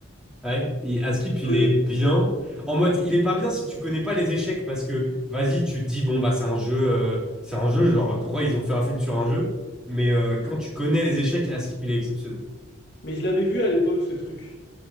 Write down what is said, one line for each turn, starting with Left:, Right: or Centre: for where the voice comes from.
Centre: Ouais, et Askip,
Left: Je
Centre: il
Left: connais.
Centre: est bien. En mode, il est pas bien si tu connais pas les échecs parce que, vas-y, tu te dis, bon, bah, c'est un jeu, euh, c'est un jeu, genre, pourquoi ils ont fait un film sur un jeu? Mais euh, quand tu connais les échecs, Askip, il est exceptionnel.
Left: Mais je l'avais vu à l'époque, ce truc.